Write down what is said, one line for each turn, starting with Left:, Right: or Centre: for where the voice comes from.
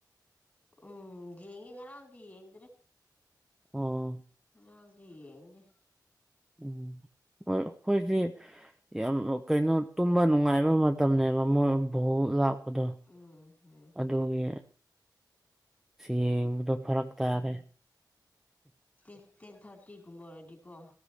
Left: ꯎꯝ ꯌꯦꯉ ꯉꯥꯔꯥꯡꯗꯤ ꯌꯦꯡꯗ꯭ꯔꯦ
Centre: ꯑꯣ
Left: ꯉꯔꯥꯡꯗꯤ ꯌꯦꯡꯉꯦ
Centre: ꯎꯝ ꯍꯣꯏ ꯑꯩꯈꯣꯏꯁꯤ ꯌꯥꯝ ꯀꯩꯅꯣ ꯇꯨꯝꯕ ꯅꯨꯡꯉꯥꯏꯕ ꯃꯇꯝꯅꯦꯕ ꯃꯣꯏ ꯕꯣꯜ ꯂꯥꯛꯄ ꯑꯗꯣ
Left: ꯎꯝ ꯎꯝ
Centre: ꯑꯗꯨꯒꯤ ꯌꯦꯡꯕꯗꯣ ꯐꯔꯛ ꯇꯥꯔꯦ
Left: ꯎꯝ ꯇꯦꯟ ꯇꯦꯟ ꯊꯥꯔꯇꯤꯒꯨꯝꯕ ꯑꯣꯏꯔꯗꯤꯀꯣ